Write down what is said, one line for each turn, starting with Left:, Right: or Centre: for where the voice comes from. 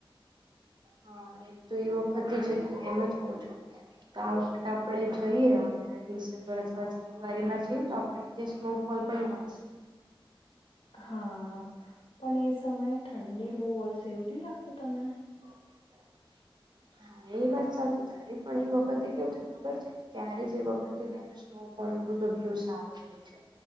Right: હા એક તો એ વખતે જઈને એમ જ કઉ છું. તો આ વખત આપડે જોઈએ અને ડિસેમ્બર અથવા જાન્યુઆરીમાં જઈએ તો આપ અન નીચે સ્નોફોલ પણ મળશે.
Left: હા. પણ એ સમયે ઠંડી બહુ હશે એવું નહીં લાગતું તને?
Right: <inaudible> હા એ વાત સાચી તારી પણ એ વખતે કેવું થાય ખબર છે કે ત્યારે જ એ વખતે <unintelligible> સ્નોફોલનો બધો વ્યુ સારો હોય છે.